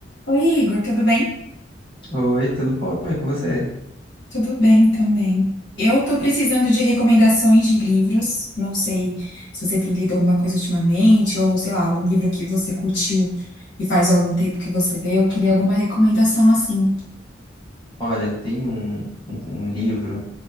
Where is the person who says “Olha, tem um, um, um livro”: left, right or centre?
Left